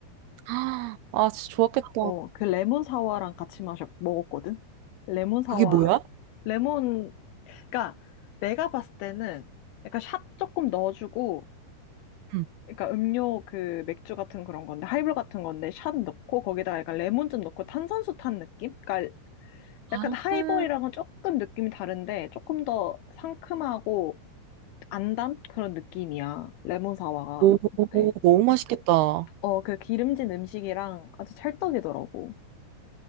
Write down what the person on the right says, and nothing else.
<gasps> 아, 진짜 좋았겠다.
그게 뭐야?
응.
나는
오,
너무 맛있겠다. 오